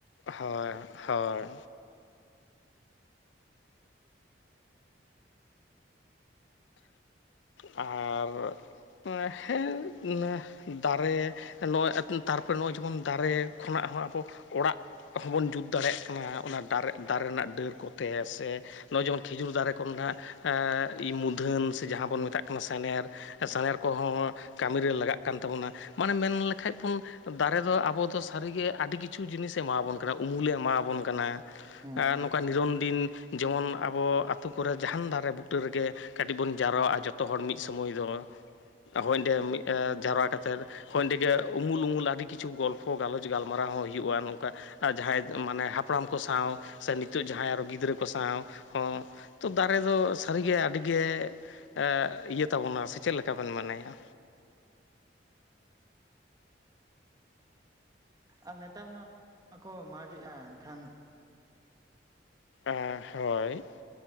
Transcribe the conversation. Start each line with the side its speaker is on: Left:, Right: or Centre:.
Left: ᱦᱚᱭ ᱦᱳᱭ ᱟᱨ ᱦᱮᱸ ᱮᱻᱫᱟᱨᱮ᱾ ᱱᱚᱜᱼᱚᱭ <unintelligible> ᱛᱟᱨᱯᱚᱨᱮ ᱱᱚᱜᱼᱚᱭ ᱡᱮᱢᱚᱱ ᱫᱟᱨᱮ ᱠᱷᱚᱱᱟᱜ ᱦᱚᱸ ᱟᱵᱚ ᱚᱲᱟᱜ ᱦᱚᱸᱵᱚᱱ ᱡᱩᱛ ᱫᱟᱲᱮᱭᱟᱜ ᱠᱟᱱᱟ ᱚᱱᱟ ᱫᱟᱨᱮ ᱫᱟᱨᱮ ᱨᱮᱱᱟᱜ ᱰᱟᱹᱨ ᱠᱚᱛᱮ ᱥᱮ ᱱᱚᱜᱼᱚᱭ ᱡᱮᱢᱚᱱ ᱠᱷᱤᱡᱩᱨ ᱫᱟᱨᱮ ᱠᱚᱨᱮᱱᱟᱜ ᱢᱩᱫᱷᱟᱹᱱ ᱥᱮ ᱡᱟᱦᱟᱸ ᱵᱚᱱ ᱢᱮᱛᱟᱜ ᱠᱟᱱᱟ ᱥᱮᱱᱮᱨ᱾ ᱥᱮᱱᱮᱨ ᱠᱚᱦᱚᱸ ᱠᱟᱹᱢᱤᱨᱮ ᱞᱟᱜᱟᱜ ᱠᱟᱱ ᱛᱟᱵᱚᱱᱟ ᱢᱟᱱᱮ ᱢᱮᱱ ᱞᱮᱠᱷᱟᱡ ᱵᱚᱱ, ᱫᱟᱨᱮ ᱫᱚ ᱟᱵᱚ ᱫᱚ ᱥᱟᱹᱨᱤᱜᱮ ᱟᱹᱰᱤ ᱠᱤᱪᱷᱩ ᱡᱤᱱᱤᱥᱮ ᱮᱢᱟᱵᱚᱱ ᱠᱟᱱᱟ ᱩᱢᱩᱞᱮ ᱮᱢᱟᱵᱚᱱ ᱠᱟᱱᱟ᱾
Right: ᱦᱮᱸ
Left: ᱱᱚᱝᱠᱟ ᱱᱤᱨᱚᱱᱫᱤᱱ ᱡᱮᱢᱚᱱ ᱟᱵᱚ ᱟᱹᱛᱳ ᱠᱚᱨᱮ ᱡᱟᱦᱟᱱ ᱫᱟᱨᱮ ᱵᱩᱴᱟᱹ ᱨᱮᱜᱮ᱾ ᱠᱟᱹᱴᱤᱡ ᱵᱚᱱ ᱡᱟᱣᱨᱟᱜᱼᱟ ᱡᱚᱛᱚ ᱦᱚᱲ ᱢᱤᱫ ᱥᱚᱢᱚᱭ ᱫᱚ ᱦᱳᱭ ᱚᱸᱰᱮ <unintelligible> ᱡᱟᱣᱨᱟ ᱠᱟᱛᱮᱫ, ᱦᱚᱭ ᱮᱸᱰᱮᱜᱮ ᱩᱢᱩᱞ-ᱩᱢᱩᱞ ᱟᱹᱰᱤ ᱠᱤᱪᱷᱩ ᱜᱚᱞᱯᱷᱚ ᱜᱟᱞᱚᱪ ᱜᱟᱞᱢᱟᱨᱟᱣ ᱦᱚᱸ ᱦᱩᱭᱩᱜᱼᱟ ᱱᱚᱝᱠᱟ᱾ ᱡᱟᱦᱟᱸᱭ ᱢᱟᱱᱮ ᱦᱟᱯᱲᱟᱢ ᱠᱚ ᱥᱟᱶ ᱥᱮ ᱱᱤᱛᱚᱜ ᱡᱟᱦᱟᱸᱭ ᱟᱨᱚ ᱜᱤᱫᱽᱨᱟᱹ ᱠᱚ ᱥᱟᱶ ᱦᱚᱸ᱾ ᱛᱚ ᱫᱟᱨᱮ ᱫᱚ ᱥᱟᱹᱨᱤᱜᱮ ᱟᱹᱰᱤᱜᱮ ᱤᱭᱟᱹ ᱮᱸ ᱮᱭᱟᱹ ᱛᱟᱵᱚᱱᱟ ᱥᱮ ᱪᱮᱫ ᱞᱮᱠᱟᱵᱚᱱ ᱢᱚᱱᱮᱭᱟ?
Right: ᱟᱨ ᱱᱮᱛᱟᱨ ᱢᱟ ᱢᱟᱠᱚ ᱢᱟᱜᱮᱫᱼᱟ ᱮᱱᱠᱷᱟᱱᱼ
Left: ᱮᱻᱦᱳᱭ᱾